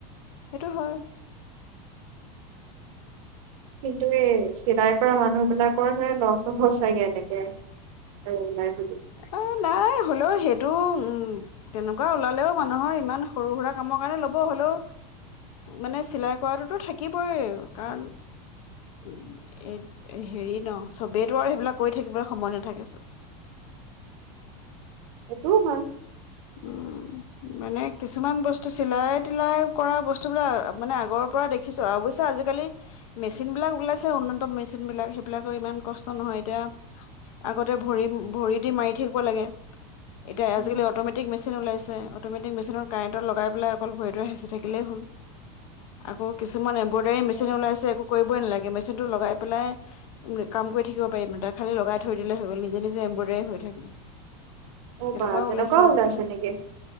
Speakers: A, on the left; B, on the right.
A: সেইটো হয়
B: কিন্তু এই চিলাই কৰা মানুহ বিলাকৰ হে লছ হ'ব চাগে এনেকে আৰু লাই
A: অ নাই হ'লেও সেইটো উম', তেনেকুৱা ওলালেও মানুহৰ ইমান সৰু সুৰা কামৰ কাৰণে ল'ব হ'লেও, মানে চিলাই কৰাটোতো থাকিবই, কাৰণ উম এ হেৰি ন চবেইতো আৰু সেইবিলাক কৰি থাকিবলৈ সময় নাথাকে চ
B: এইটো হয়
A: উম', মানে কিছুমান বস্তু চিলাই তিলাই কৰা বস্তুবিলাক মানে আগৰ পৰা দেখিছো, অৱশ্যে আজিকালি মেচিন বিলাক ওলাইছে উন্নতম মেচিন বিলাক, সেইবিলাকৰ ইমান কষ্ট নহয় এতিয়া আগতে ভৰি, ভৰি দি মাৰি থাকিব লাগে তে
B: উম,
A: আজিকালি অট'মেটিক মেচিন ওলাইছে তে অট'মেটিক মেচিনৰ কাৰেণ্টত লগাই পেলাই অকল ভৰিটোৱে হেচি থাকিলেই হ'ল, আকৌ কিছুমান বৰ্ডাৰী
B: সেয়াই।
A: মেচিন ওলাইছে একো কৰিবই নালাগে সেই মেচিনটো লগাই পেলাই, উম, কাম কৰি থাকিব পাৰিম, তাত খালি লগাই থৈ দিলে হৈ গ'ল নিজে নিজে এম্ব্ৰইডাৰী হৈ থাকে
B: অ'
A: তেনেকুৱাও
B: বা
A: ওলাইছে আজিকালি,
B: নেকি?